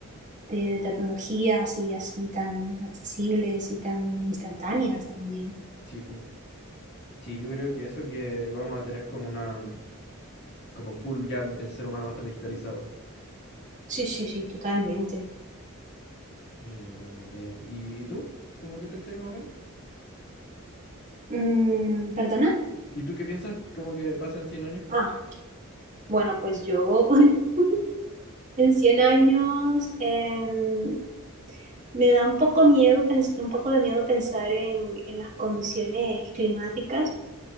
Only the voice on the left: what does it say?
sí, pu. Sí, yo creo que eso que vamos a tener como una, como full ya el, el ser humano va a estar digitalizado.
Y a ver, ¿y, y tú? ¿Cómo que pensáis más o menos?
¿Y tú qué piensas? ¿Cómo que pasa en 100 años?